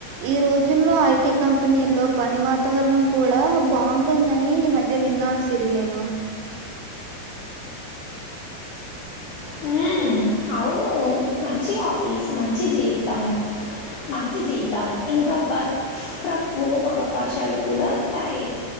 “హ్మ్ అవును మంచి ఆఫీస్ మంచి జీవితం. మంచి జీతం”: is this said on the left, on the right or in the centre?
Left